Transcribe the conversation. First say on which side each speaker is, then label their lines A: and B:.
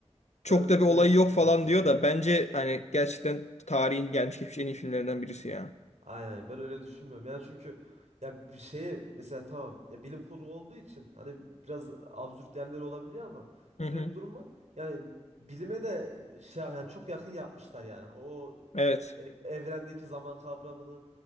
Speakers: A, on the left; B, on the right.
A: çok
B: ben
A: da bir
B: öyle
A: olayı
B: düşünmüyorum.
A: yok falan diyor da bence hani gerçekten tarihin gelmiş geçmiş en iyi filmlerinden birisi ya.
B: Aynen ben öyle düşünmüyorum. Yani çünkü ya bir şeye mesela tamam ya bilim kurgu olduğu için hani biraz absürt yerler olabiliyor ama
A: Hı
B: şöyle
A: hı.
B: bir durum var. Yani bilime de şey yani çok yakın yapmışlar yani. O
A: Evet.
B: e, ev- evrendeki zaman kavramını